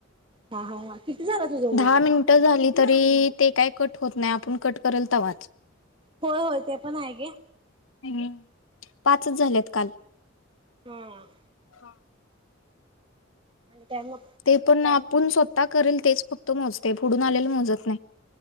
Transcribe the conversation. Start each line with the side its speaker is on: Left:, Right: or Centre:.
Right: हां हां हा किती झालं तु जवळ
Left: दहा मिनिटं झाली तरी ते काय कट होत नाही, आपण कट करल तवाच.
Right: होय होय ते पण आहे घे.
Left: हम्म पाचच झाल्यात काल.
Right: हं.
Left: हा.
Right: आणि काय मग
Left: तेपण आप पुण स्वतः करंल तेच फक्त मोजतंय, पुढून आलेलं मोजत नाही.